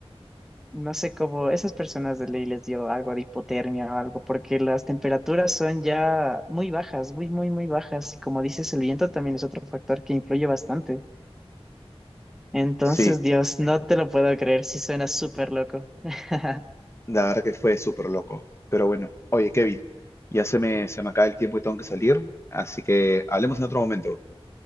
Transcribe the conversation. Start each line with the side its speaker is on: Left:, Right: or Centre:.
Centre: No sé cómo esas personas de ley les dio algo de hipotermia o algo, porque las temperaturas son ya muy bajas, muy, muy, muy bajas. Y como dices, el viento también es otro factor que influye bastante. Entonces,
Left: Sí,
Centre: Dios, no te lo puedo creer, sí suena súper loco. <laughs>
Left: La verdad que fue súper loco. Pero bueno, oye, Kevin, ya se me, se me acaba el tiempo y tengo que salir, así que hablemos en otro momento.